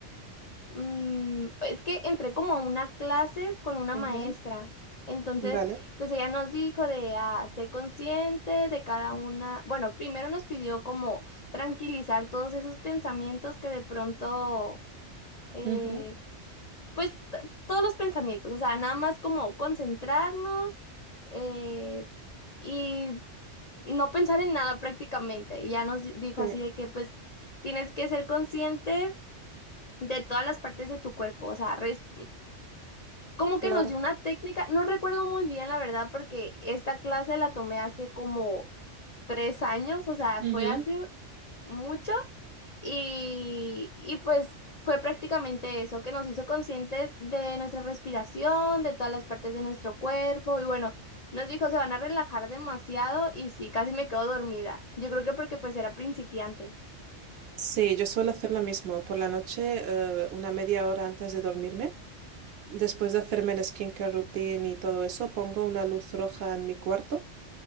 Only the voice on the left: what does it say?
mm, es que entré como a una clase con una
maestra. Entonces,
pues ella nos dijo de, ah, sé consciente de cada una, bueno, primero nos pidió como tranquilizar todos esos pensamientos que de pronto... eh,
pues t- todos los pensamientos, o sea, nada más como concentrarnos eh, y no pensar en nada prácticamente. Y ya nos di- dijo
así de que pues tienes que ser consciente de todas las partes de tu cuerpo, o sea, res- como que
nos dio una técnica, no recuerdo muy bien la verdad porque esta clase la tomé hace como tres años, o sea,
fue hace mucho y, y pues fue prácticamente eso, que nos hizo conscientes de nuestra respiración, de todas las partes de nuestro cuerpo. Y bueno, nos dijo, se van a relajar demasiado y sí, casi me quedo dormida. Yo creo que porque pues era principiante.